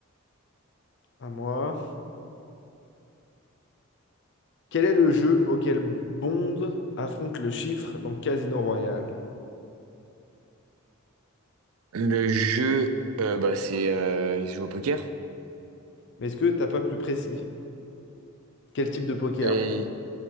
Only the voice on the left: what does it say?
À moi. Quel est le jeu auquel Bond affronte le chiffre dans Casino Royale?
Mais est-ce que t'as pas plus précis? Quel type de poker?